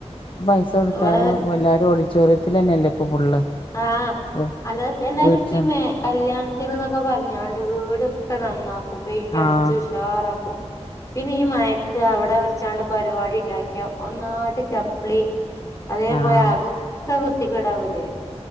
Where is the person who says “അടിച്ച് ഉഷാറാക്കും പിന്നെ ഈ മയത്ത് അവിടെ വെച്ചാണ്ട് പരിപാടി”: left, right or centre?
Left